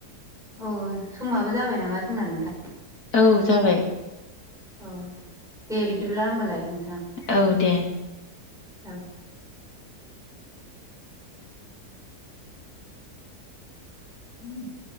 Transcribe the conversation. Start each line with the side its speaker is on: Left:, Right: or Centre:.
Centre: अ समाबो जाबाय नामा जोंना नोंथां?
Left: औ जाबाय
Centre: औ दे बिदिब्ला होमब्लालाय नोंथां
Left: औ दे
Centre: औ <inaudible>